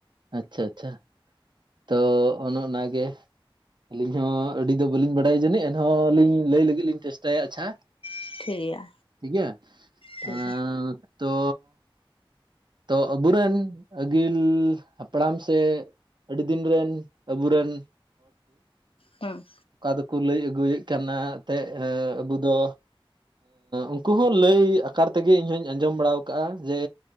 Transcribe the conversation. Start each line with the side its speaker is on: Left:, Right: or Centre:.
Right: ᱟᱪᱪᱷᱟ ᱟᱪᱪᱷᱟ ᱛᱚ ᱚᱱᱮ ᱚᱱᱟᱜᱮ, ᱟᱹᱞᱤᱧ ᱦᱚᱸ ᱟᱹᱰᱤ ᱫᱚ ᱵᱟᱹᱞᱤᱧ ᱵᱟᱰᱟᱭᱟ ᱡᱟᱹᱱᱤᱡ ᱮᱱᱦᱚᱸ ᱞᱤᱧ ᱞᱟᱹᱭ ᱞᱟᱹᱜᱤᱫ ᱞᱤᱧ ᱪᱮᱥᱴᱟᱭᱟ ᱟᱪᱪᱷᱟ᱾
Left: ᱴᱷᱤᱠ ᱜᱮᱭᱟ
Right: ᱴᱷᱤᱠ ᱜᱮᱭᱟ,
Left: ᱴᱷᱤᱠ
Right: ᱟᱻ
Left: ᱜᱮᱭᱟ
Right: ᱛᱚ ᱛᱚ ᱟᱵᱩ ᱨᱮᱱ ᱟᱹᱜᱤᱞ ᱦᱟᱯᱲᱟᱢ ᱥᱮ ᱟᱹᱰᱤ ᱫᱤᱱ ᱨᱮᱱ ᱟᱵᱩ ᱨᱮᱱ,
Left: ᱦᱮᱸ᱾
Right: ᱚᱠᱟ ᱫᱚᱠᱚ ᱞᱟᱹᱭ ᱟᱹᱜᱩᱭᱮᱫ ᱠᱟᱱᱟ ᱮᱱᱛ ᱟᱵᱩ ᱫᱚ, ᱩᱱᱠᱩ ᱦᱚᱸ ᱞᱟᱹᱭ ᱟᱠᱟᱨ ᱛᱮᱜᱮ ᱤᱧᱦᱚᱧ ᱟᱸᱡᱚᱢ ᱵᱟᱲᱟ ᱠᱟᱜᱼᱟ᱾ ᱡᱮ